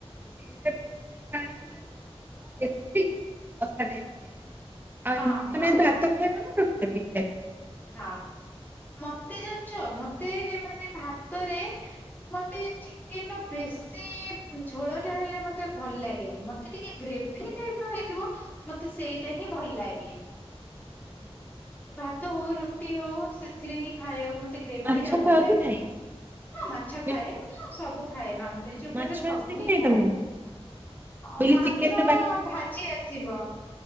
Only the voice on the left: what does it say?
ହଁ
ହଁ।
ହଁ ମତେ ଜାଣିଛ ମତେ ମାନ ଭାତରେ ମତେ ଚିକେନ ବେଶୀ ଝୋଳ ଟା ହେଲେ ମତେ ଭଲ ଲାଗେନି ମତେ ଟିକେ ଗ୍ରେଭି ର ହେଇଥିବ ମତେ ସେଇଟା ହିଁ ଭଲ ଲାଗେ
ଭାତ ହଉ ରୁଟି ହଉ ସେଥିରେ ହିଁ ଖାଇବାକୁ ମ ମତେ ଗ୍ରେଭି
ଟା ଭଲ
ଲାଗେ
ହଁ ମାଛ
ଖାଏ ସବୁ ଖାଏ ନନଭେଜ ଜ ଉପରେ
ସବୁ
ହିଁ
ଖଥାାଏ
ମାଛ
ଭାଜି ଆସିବ